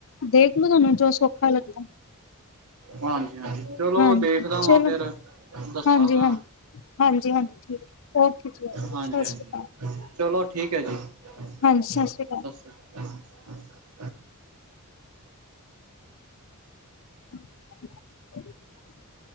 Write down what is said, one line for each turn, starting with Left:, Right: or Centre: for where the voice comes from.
Left: ਦੇਖ ਲੋ ਤੁਹਾਨੂੰ ਜੋ ਸੌਖਾ ਲੱਗਦਾ।
Right: ਹਾਂਜੀ-ਹਾਂਜੀ, ਚਲੋ,
Left: ਹਾਂਜੀ
Right: ਦੇਖਦਾ
Left: ਚਲੋ
Right: ਵਾਂ ਫੇਰ ਦੱਸਾਂਗਾ।
Left: ਹਾਂਜੀ ਹਾਂਜੀ ਹਾਂਜੀ ਹਾਂਜੀ ਠੀਕ ਓਕੇ ਜੀ ਓਕੇ
Right: ਹਾਂਜੀ-ਹਾਂਜੀ,
Left: ਸਤਿ ਸ਼੍ਰੀ ਅਕਾਲ
Right: ਚਲੋ ਠੀਕ ਹੈ, ਜੀ।
Left: ਹਾਂਜੀ ਸਤਿ ਸ਼੍ਰੀ ਅਕਾਲ
Right: <unintelligible>
Left: <unintelligible>